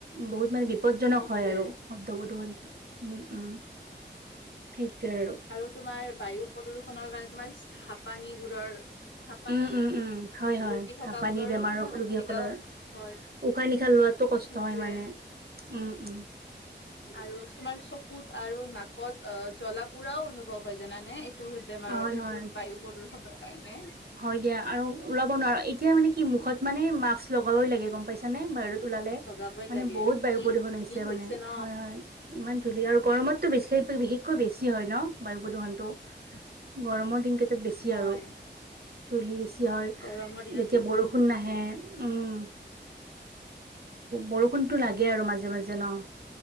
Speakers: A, on the right (about 55°); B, on the left (about 80°).
A: বহুত মানে বিপদজনক
B: সেইটোৱে
A: হয় আৰু। শব্দ প্ৰদুষনিত উম উম সেইটোৱে আৰু।
B: আৰু তোমাৰ বায়ু প্ৰদূৰষনৰ কাৰণে তোমাৰ হাঁপানীবোৰৰ হাঁপানী
A: উম উম উম হয় হয়
B: ৰোগী থকা
A: হাঁপানি
B: বোৰৰো
A: বেমাৰৰ
B: কিমান অসুবিধা
A: ৰোগীসকলৰ
B: হয়।
A: উশাহ নিশাহ লোৱাটো কষ্ট
B: সেইটোৱে
A: হয় মানে। উম উম।
B: আৰু তোমাৰ চকুত আৰু নাকত অ জ্বলা পোৰাও অনুভৱ হয় জানানে এইটো বেমাৰৰ
A: হয়
B: এইবোৰ
A: হয়
B: বায়ু প্ৰদূষণৰ কাৰণে
A: হয় দিয়া আৰু ওলাব নোৱাৰো এতিয়া মানে কি মুখত মানে মাস্ক লগাবই লাগে গম পাইছা নে বাৰু ওলালে
B: ভগাবই
A: মানে,
B: লাগে
A: বহুত
B: যি
A: বায়ু প্ৰদূষণ
B: ধূলি
A: হৈছে মানে,
B: ন
A: হয় হয়। ইমান ধূলি আৰু গৰমতটো বেছি বিশেষকৈ বেছি হয় ন বায়ু প্ৰদূষণটো। গৰমৰ দিন কেইটাত বেছি
B: হয়
A: আৰু। ধুলি বেছি হয়
B: গৰমৰ দিনত
A: যেতিয়া
B: বেছি
A: বৰষুণ
B: তাকেতো
A: নাহে উম। বৰষুণতো লাগে আৰু মাজে মাজে ন।